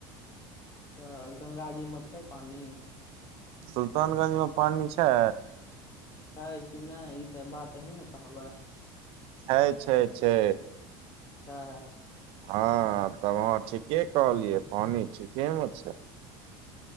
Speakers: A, on the left; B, on the right.
A: अच्छा गंगा जीमऽ छै पानि।
B: सुल्तानगंज मे पानि छै।
A: छै कि नहि ई तऽ बात अही ने कहबै।
B: छै-छै-छै
A: चा हैं
B: हँ तब अहाँ ठीके कहलियै पानि ठीकेमे छै।